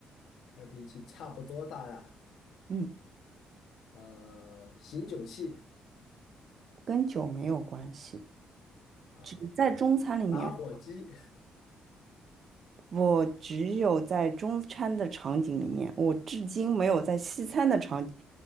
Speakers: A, on the left (about 80°); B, on the right (about 55°).
A: 开瓶器差不多大呀。
B: 嗯，
A: 呃，醒酒器
B: 跟酒没有关系，
A: 啊，
B: 只是在中餐里面。
A: 打火机，
B: 我只有在中餐的场景里面，我至今没有在西餐的场景，